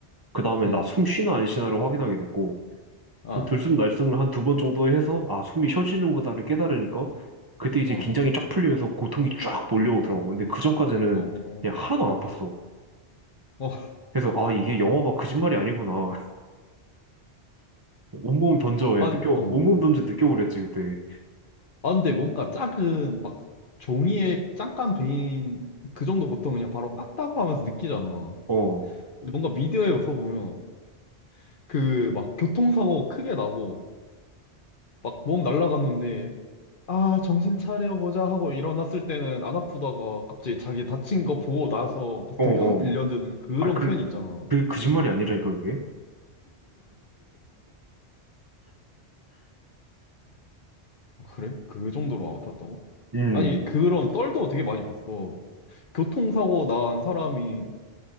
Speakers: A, on the right; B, on the left.
A: 그 다음에
B: 응,
A: 나 숨 쉬나 안 쉬나를 확인하게 됐고
B: 아,
A: 한 들숨 날숨을 한 두 번 정도 해서 아, 숨이 쉬어지는 거다를 깨달으니까 그때 이제
B: 어,
A: 긴장이 쫙 풀리면서 고통이 쫙 몰려오더라고. 근데 그 전까지는
B: 어, 어,
A: 그냥 하나도 안 아팠어.
B: 어,
A: 그래서 아, 이게 영화가 거짓말이 아니구나. 온몸 던져,
B: 한,
A: 야, 느껴,
B: 어.
A: 온몸 던져 느껴보랬지, 그때.
B: 아, 근데 뭔가 작은 막 종이에 잠깐 베인 그 정도 고통은 그냥 바로 아따고 하면서 느끼잖아.
A: 어, 어,
B: 근데 뭔가 미디어에서 보면 그 막 교통사고 크게 나고 막 몸 날라갔는데 아, 정신 차려보자 하고 일어났을 때는 안 아프다가 갑자기 자기 다친 거 보고 나서 고통이
A: 어.
B: 확 밀려드는 그런
A: 아, 그,
B: 편이 있잖아.
A: 그, 거짓말이 아니라니까, 그게.
B: 어, 그래? 그 정도로 아팠다고?
A: 음,
B: 아니, 그런 썰도 되게 많이 봤어. 교통사고 난 사람이,